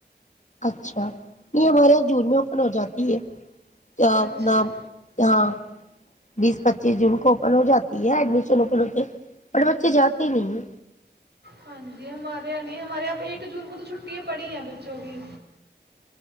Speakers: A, on the left (about 40°); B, on the right (about 65°).
A: اچھا یہ ہمارے یہاں جون میں اوپن ہو جاتی ہے اپنا
B: اچھا
A: ہاں بیس پچیس جون کو ہو جاتی ہے ایڈمیشن اپ ہوتے ب بچے جاتے نہیں
B: ہاں جی ہمارے یہاں نہیں ہمارے یہاں پہ ایک جون کو تو چھٹی پڑھی ہیں بچوں کی